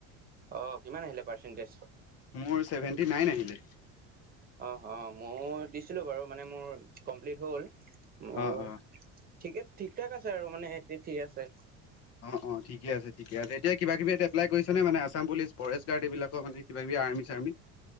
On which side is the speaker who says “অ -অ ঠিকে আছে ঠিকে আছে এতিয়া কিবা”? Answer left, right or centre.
Left